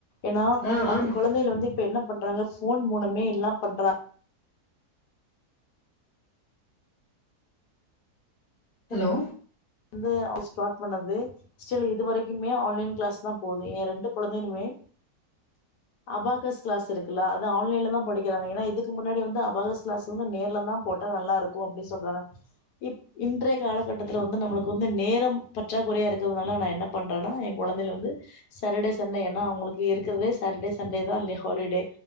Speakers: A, on the left; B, on the left.
A: ஏன்னா
B: ஆ
A: அந்த
B: ஆம்
A: கொழந்தைல வந்து இப்ப என்ன பண் பண்றாங்க போன் மூலமே எல்லா பண்றாங்
B: ஹலோ
A: வந்து அவுங்க ஸ்டாட் பன்னது ஸ்டில் இது வரைக்குமே ஆன்ளைன் கிலாஸ்தா போது ஏ இரண்டு கொழந்தைகளுமே அபாகஸ் கிலாஸ் இருக்குல அத ஆன்லைன்ல படிக்கிறாக ஏனா இதுக்கு முன்னாடி வந்து அபாகஸ் கிலாஸ் வந்து நேர்லதா போட்டா நல்லாருக்கும் அப்டி சொல்றாங்க இப் இன்றய காலக்கட்டதுல வந்து நம்மளு எனக்கு வந்து நேரம் பற்றாக்குறையா இருக்குறதுனால நா என்ன பண்றேன்னா என் கொழந்தைகல வந்து சாட்டர்டே சண்டே ஏன்னா அவங்களுக்கு இருக்கிறதே சாட்டர்டே சண்டே தான் இல்ல ஹாலிடே